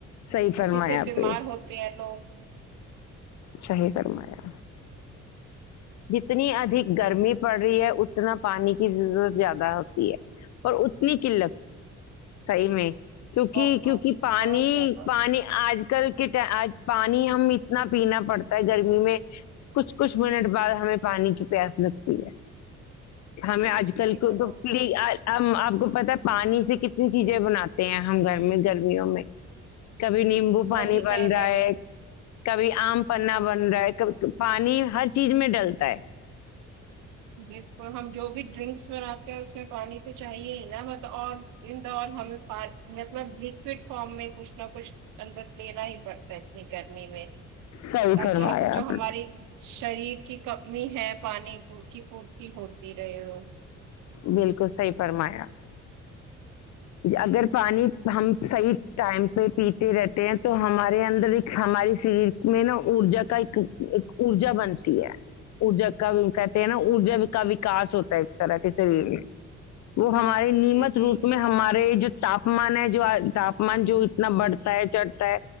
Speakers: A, on the left (about 65°); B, on the right (about 85°).
A: صحیح فرمایا
B: اسی سے
A: آپ
B: بیمار
A: نے
B: ہوتے ہیں لوگ ہ
A: شاہی فرمایا جتنی ادھک گرمی پڑ رہی ہے اتنا پانی کی ضرورت زیادہ ہوتی ہے اور اتنی قلت صحیح میں کیونکہ
B: بہت
A: کیونکہ پانی
B: بہت زیادہ
A: پانی آج کل کےٹ آج پانی ہم اتنا پینا پڑتا ہے گرمی میں کچھ کچھ منٹ بعد ہمیں پانی کی پیاس لگتی ہے ہمیں
B: صحیح
A: آج
B: صحیح
A: کل کو
B: سزا
A: تو
B: ہوا
A: پلیب کو پتا پانی سے کتنی چیزیں بناتے ہیں ہم گھر گرمیوں میں کبھی نیمبو
B: وہی
A: پانی بن
B: کہنے
A: رہا ہے
B: میں
A: کبھی آم پنا بن رہا ہے کبھی پانی ہر چیز میں ڈلتا ہے
B: بالکل ہم جو بھی ڈرنکس بناتے ہیں اس میں پانی تو چاہیے ہی نا اور دا ہمیں مطلب لکوڈ فارم میں کچھ نہ کچھ اندرست لینا ہی پڑتا ہے انی گرمی میں
A: صحیح
B: تاکہ
A: فرمایا
B: جو
A: آپ
B: ہماری شریر کی کمی ہے پانی پ کی پورتی ہوتی رہے وہ
A: بالکل صحی فرمایا اگر پانی ہم صحیح ٹائم پہ پیتے رہتے ہیں تو ہمارے اندر ایک ہمارے شریر میں نا ارجا کا ایک ارجا بنتی ہے ارجا کہتے ہیں نا ارجا کا وکا ہوتا تھیکس ترقی سے بھی وہ ہمارے نیمت
B: جی
A: روپ
B: جی
A: میں ہمارے جو تاپمان ہے جو تاپمان جو اتنا بڑھتا ہے چڑھتا ہے